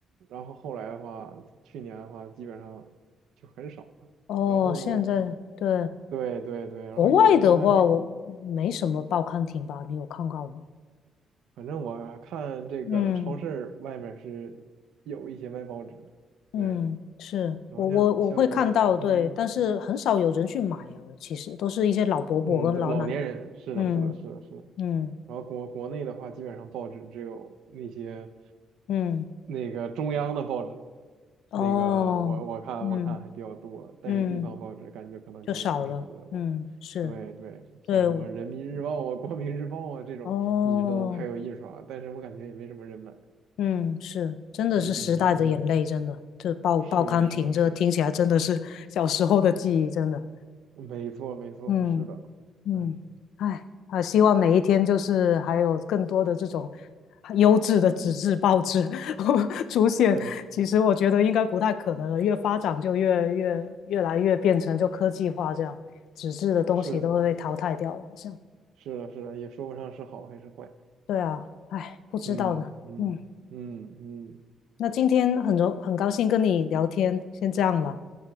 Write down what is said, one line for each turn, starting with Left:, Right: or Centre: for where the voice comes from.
Right: 然后后来的话，去年的话，基本上就很少了。
Left: 哦，
Right: 然后，
Left: 现在对
Right: 对对对，然后有的报刊亭，
Left: 国外的话，我没什么报刊亭吧？你有看到吗？
Right: 反正我看这个超市外面是有一些卖报纸的，
Left: 嗯。嗯，
Right: 对。
Left: 是我我我会看到，
Right: 然后像像国，嗯。
Left: 对，但是很少有人去买哦，其实都是一些老伯伯跟老奶奶。
Right: 嗯，的老年人是的，
Left: 嗯
Right: 是的，是的，是的。
Left: 嗯
Right: 然后国国内的话，基本上报纸只有那些
Left: 嗯，
Right: 那个中央的报纸，
Left: 哦，
Right: 那个我我看我看还比较多，
Left: 嗯
Right: 但是地方报纸感觉可能就不是很乐观。
Left: 嗯，就少了。嗯，是，
Right: 对对，
Left: 对，
Right: 像什么人民日报啊、光明日报啊这种，
Left: 哦，
Right: 一直都还有印刷，但是我感觉也没什么人买。
Left: 嗯，是，真的是时代的眼泪，
Right: 嗯嗯嗯，
Left: 真的，这报报刊亭，
Right: 是的，是的，
Left: 这听起来真的是小时候的记忆，
Right: 是的，
Left: 真的。
Right: 没错没错，
Left: 嗯。
Right: 是的，
Left: 嗯，
Right: 哎，
Left: 哎，啊，希望每一天就是还有更多的这种优质的纸质报纸 <laughs> 出现。
Right: 对，
Left: 其实我觉得应该不太可能了，越发展就越越越来越变成就科技化这样，纸质的东西都会被淘汰掉了，
Right: 是
Left: 好像。
Right: 是的，是的，也说不上是好还是坏。
Left: 对啊，哎，不知道呢。
Right: 嗯嗯嗯嗯，
Left: 嗯，那今天很荣很高兴跟你聊天，
Right: 嗯
Left: 先这样了。